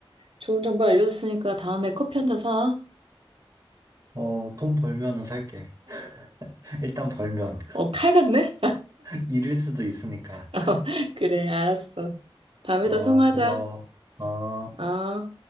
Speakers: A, on the right; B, on the right.
A: 좋은 정보 알려줬으니까 다음에 커피 한 잔 사.
B: 어, 돈 벌면은 살게. <laughs> 일단 벌면.
A: 어, 칼 같네?
B: <laughs> 잃을 수도 있으니까.
A: <laughs> 그래, 알았어. 다음에
B: 어,
A: 또 통화하자.
B: 고마워. 어.
A: 어.